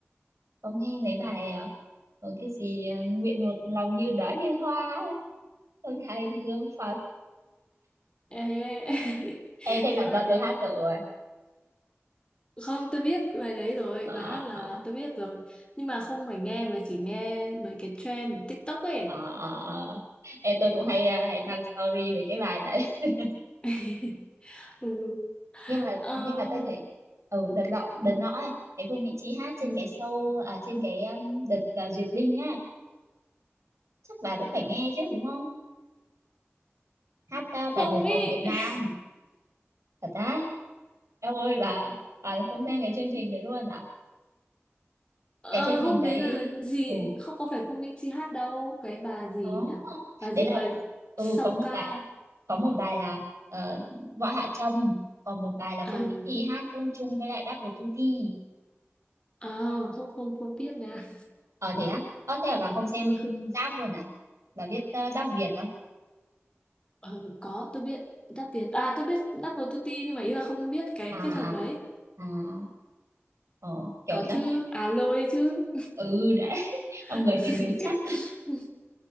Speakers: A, on the right (about 85°); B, on the left (about 20°).
A: có nghe mấy bài ờ, có cái gì ờ, nguyện một lòng như đóa liên hoa ấy. âm thanh hương Phật
B: ê,
A: em
B: <laughs>
A: thế
B: cái
A: là
B: bài
A: do
B: đấy
A: tôi hát được rồi
B: không tôi biết bài đấy rồi
A: ờ,
B: bài hát là tôi biết rồi nhưng mà không phải nghe mà chỉ nghe mấy cái trend ở TikTok ấy
A: ờ, ờ, ờ. em tôi cũng hay ờ, hay đăng story mấy cái bài đấy <laughs>
B: <laughs> ừ.
A: nhưng mà
B: Ờm,
A: nhưng mà tôi thấy ừ đợt lọ đợt nọ ấy cái Phương Mỹ Chi hát trên
B: ừ.
A: cái show à trên cái um, đợt ờ, duyệt binh á chắc bà cũng phải nghe chứ đúng không hát ờ, bài
B: không
A: một
B: ý
A: vòng Việt Nam thật á em ơi bà bà không xem cái chương trình đấy luôn à
B: Ờ,
A: cái chương
B: hôm
A: trình đấy
B: đấy là gì
A: ừ
B: không có phải Phương Mỹ Chi hát đâu cái bà gì
A: có
B: ấy nhỉ bà
A: đấy
B: gì
A: là
B: mà
A: ừ
B: song
A: có một
B: ca
A: bài có một bài là ờ, Võ Hạ Trâm còn một bài là
B: à,
A: Phương Mỹ Chi hát chung chung với lại Double Tutti
B: à không không không biết nha
A: ờ thế á ờ thế là bà không xem
B: <laughs>
A: Giáp luôn à bà biết ờ, Giáp Việt không
B: ờ, có tôi biết đáp Việt à tôi biết đáp Tuti nhưng mà ý là không biết cái
A: à
B: kết hợp
A: à
B: đấy
A: à ờ kiểu
B: có
A: Giáp
B: chứ
A: Việt
B: à lôi chứ
A: ừ đấy <laughs>
B: <laughs>
A: ông người miền núi chất